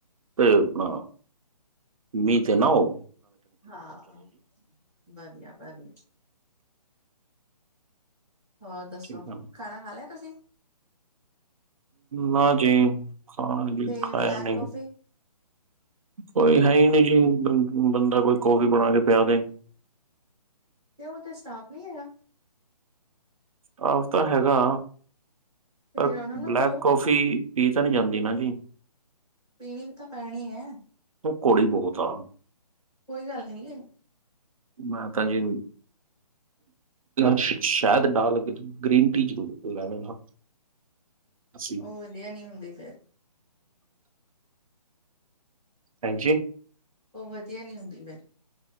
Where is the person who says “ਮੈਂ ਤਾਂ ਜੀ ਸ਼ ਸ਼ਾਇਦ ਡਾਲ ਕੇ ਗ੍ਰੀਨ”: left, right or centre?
Right